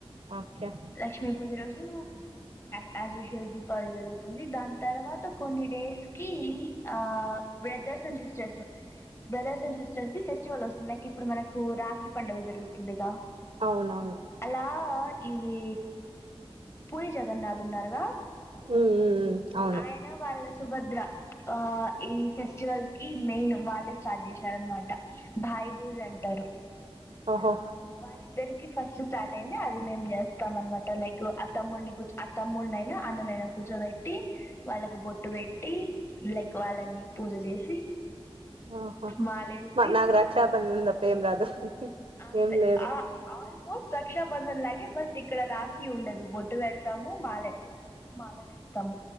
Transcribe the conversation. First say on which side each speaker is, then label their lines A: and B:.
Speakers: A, on the right; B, on the left.
A: ఒకే
B: లక్ష్మీ పూజ రోజు యాస్ యూజ్వల్ దీపావళీ జరుగుతుంది దాని తర్వాత కొన్ని డేస్ కి ఆ brothers and sisters brothers and sisters the festival వస్తుంది లైక్ ఇప్పుడు మనకు రాఖీ పండగ జరుగుతుందిగా.
A: అవునవును.
B: అలా ఇది పూరి జగన్నాథ్ ఉన్నారుగా
A: ఉ ఉ అవును.
B: ఆయన వాళ్ళ సుభద్ర ఆ ఈ ఫెస్టివల్ కి మెయిన్ వాళ్ళే స్టార్ట్ చేశారనమాట. భాయి దూజ్ అంటరు.
A: ఆహా
B: వాళ్ళిద్దరికి ఫస్ట్ స్టార్ట్ అయింది అది మేం చేస్తాం అనమాట లైక్ అ తమ్మున్ని కూర్చో తమ్మునైనా అన్ననైన కూర్చోబెట్టి వాళ్ళకు బొట్టు పెట్టి లైక్ వాళ్ళని పూజ చేసి
A: ఆహా
B: మాలేసి
A: నాకు రక్షాబంధన్ తప్ప ఏం రాదు.
B: అంతే
A: ఏం లేదు
B: ఆ ఆల్మోస్ట్ రక్షాబంధన్ లాగే బట్ ఇక్కడ రాఖీ ఉండదు బొట్టు పెడతాము మాలె మాల వేస్తము.